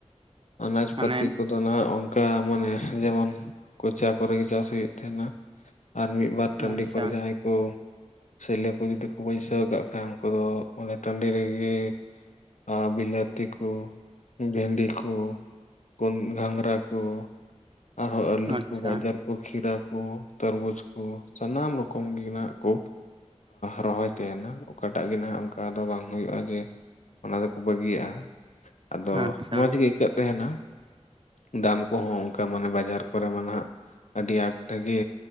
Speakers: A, on the left (about 75°); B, on the right (about 45°).
A: ᱟᱱᱟᱡ
B: ᱢᱟᱱᱮ
A: ᱯᱟᱹᱛᱤ ᱠᱚᱫᱚ ᱱᱟᱦᱟᱜ ᱚᱱᱠᱟ ᱢᱟᱱᱮ ᱡᱮᱢᱚᱱ ᱠᱚᱪᱟ ᱠᱚᱨᱮᱜᱮ ᱪᱟᱥ ᱦᱩᱭᱩᱜ ᱛᱟᱦᱮᱱᱟ, ᱟᱨ ᱢᱤᱫ ᱵᱟᱨ ᱴᱟᱺᱰᱤ
B: ᱟᱪᱪᱷᱟ
A: ᱠᱚᱨᱮ ᱡᱟᱦᱟᱸᱭ ᱠᱚ ᱥᱮᱞᱳ ᱠᱚ ᱡᱩᱫᱤ ᱵᱟᱹᱭᱥᱟᱹᱣ ᱠᱟᱜ ᱠᱷᱟᱡ ᱩᱱᱠᱩ ᱫᱚ ᱚᱱᱮ ᱴᱟᱹᱰᱤ ᱨᱮᱜᱮ ᱟ ᱵᱤᱞᱟᱹᱛᱤ ᱠᱚ ᱵᱷᱮᱱᱰᱤ ᱠᱚ ᱠᱩᱱ ᱜᱷᱟᱸᱝᱨᱟ ᱠᱚ ᱟᱨᱦᱚᱸ ᱟᱹᱞᱩ
B: ᱟᱪᱪᱷᱟ
A: ᱠᱚ ᱜᱟᱡᱚᱨ ᱠᱚ ᱠᱚ ᱠᱷᱤᱨᱟᱹ ᱠᱚ ᱛᱟᱨᱵᱩᱡ ᱠᱚ ᱥᱟᱱᱟᱢ ᱨᱚᱠᱚᱢ ᱜᱤ ᱱᱟᱦᱟᱜ ᱠᱚ ᱨᱚᱦᱚᱭ ᱛᱮᱦᱮᱱᱟ ᱚᱠᱟᱴᱟᱜ ᱜᱮ ᱦᱟᱜ ᱚᱱᱠᱟ ᱫᱚ ᱵᱟᱝ ᱦᱩᱭᱩᱜᱼᱟ ᱡᱮ ᱚᱱᱟ ᱫᱚᱠᱚ ᱵᱟᱹᱜᱤᱭᱟᱜᱼᱟ, ᱟᱫᱚ
B: ᱟᱪᱪᱷᱟ
A: ᱢᱚᱡᱽ ᱜᱮ ᱟᱹᱭᱠᱟᱹᱜ ᱛᱟᱦᱮᱱᱟ᱾ ᱫᱟᱢ ᱠᱚᱦᱚᱸ ᱚᱱᱠᱟ ᱢᱟᱱᱮ ᱵᱟᱡᱟᱨ ᱠᱚᱨᱮ ᱢᱟ ᱱᱟᱦᱟᱜ ᱟᱹᱰᱤ ᱟᱸᱴ ᱜᱮ